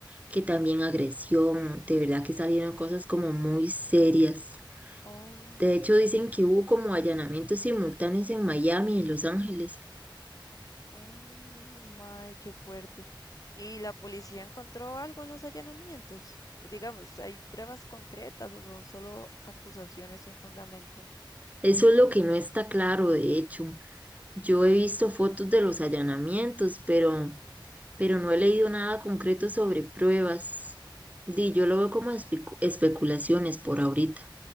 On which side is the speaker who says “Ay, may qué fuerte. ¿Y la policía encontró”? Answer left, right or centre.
Left